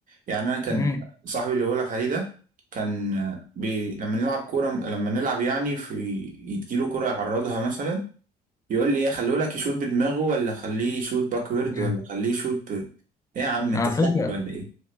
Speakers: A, on the right; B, on the left.
A: يعني انا كان
B: امم
A: صاحبي اللي بقولك عليه ده كان بي... لما نلعب كوره لما نلعب يعني في يديله كوره يعرضها مثلا يقول لي ايه خليه لك يشوط بدماغه ولا خليه يشوط باكورد
B: <laughs>
A: ولا خليه يشوط ب... ايه يا عم انت
B: على
A: سحر
B: فكرة
A: ولا ايه